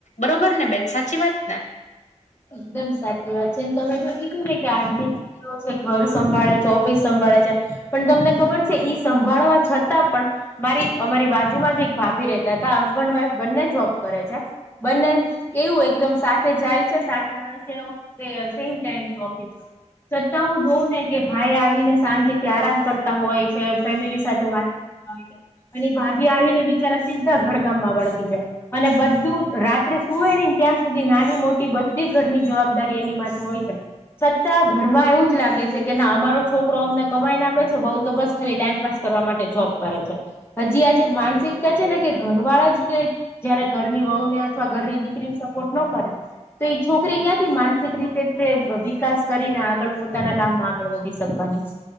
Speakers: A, on the left (about 70°); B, on the left (about 20°).
A: બરોબર ને બેન સાચી વાત ને
B: એકદમ સાચી વાત છેને તમે જો કીધું ને કે આજ દિ વસે ઘર સંભાળે છે, ઓફિસ સંભાળે છે. પણ તમને ખબર છે ઈ સંભાળવા છતાં પણ મારી અમારી બાજુમાં જ એક ભાભી રેતા હતા હસબન્ડ વાઈફ બંને જોબ કરે છે. બંને કેવું એકદમ સાથે જાય છે સાથે આવે છે સેમ ટાઈમ ઓફિસનો છતાં હું જોઉં ને કે ભાઈ આવીને શાંતિ થી આરામ કરતા હોય છે ફેમિલી સાથે વાત કરતા હોય અને ભાભી આવીને બિચારા સીધા ઘરકામમાં વળગી જાય અને બધું રાત્રે સુવે નય ત્યાં સુધી નાની મોટી બધી ઘરની જવાબદારી એની માથે હોય છે. છતાં ઘરમાં એવું જ લાગે છે કે ના અમારો છોકરો અમને કમાઈને આપે છે વહુ તો બસ ખાલી ટાઈમપાસ કરવા માટે જોબ કરે છે. હજી આ જેે માનસિકતા છે ને કે ઘર વાળા જ તે જયારે ઘરની વહુ ને અથવા ઘરની દીકરી ને સપોર્ટ નો કરે તો એ છોકરી ક્યાંથી માનસિક રીતે તે વિકાસ કરીને આગળ પોતાના કામમાં આગળ વધી શકવાની